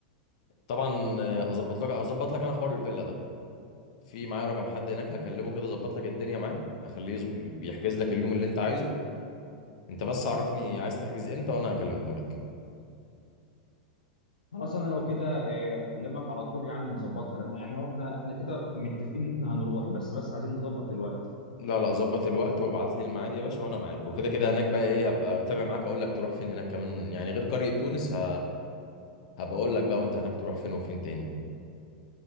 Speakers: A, on the left; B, on the left.
A: طبعا آه، هظبط لك هظبط لك انا حوار الفيلا ده في معايا رقم حد هناك هكلمه كده ظبط لك الدنيا معاه اخليه يظب- يحجز لك اليوم اللي انت عايزه انت بس عرفني عايز تحجز امتى وانا هكلمه لك
B: خلاص انا لو كده آه، هكلمك على طول يعني نظبطها لان يعني هو احنا احنا كده متفقين ان احنا هنروح بس بس عايزين نظبط الوقت
A: لا لا ظبط الوقت وابعت لي الميعاد يا باشا وانا معاك وكده كده هناك بقى ايه هبقى متابع معاك اقول لك تروح فين هناك كمان يعني غير قرية تونس ه... هبقى اقول لك بقى وانت هناك تروح فين وفين تاني